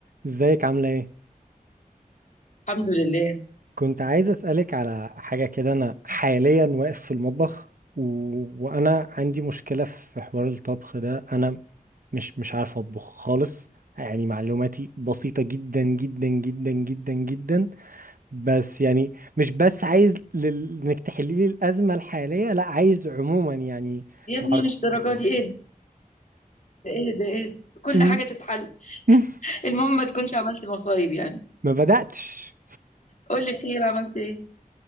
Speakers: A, on the right (about 70°); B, on the left (about 55°).
A: ازيك عاملة ايه؟
B: الحمد لله
A: كنت عايز اسألك على حاجة كده انا حاليا واقف في المطبخ و... وانا عندي مشكلة في حوار الطبخ ده انا مش مش عارف اطبخ خالص يعني معلوماتي بسيطة جدا جدا جدا جدا جدا بس يعني مش بس عايز لل... انك تحلي لي الأزمة الحالية لا عايز عموما يعني
B: يا
A: تعرفيني
B: ابني مش درجاتي
A: في حاجات.
B: اهدى اهدى اهدى كل
A: م-
B: حاجة تتحل
A: <laughs>
B: المهم ما تكونش عملت مصايب يعني
A: ما بدأتش
B: قول لي خير عملت ايه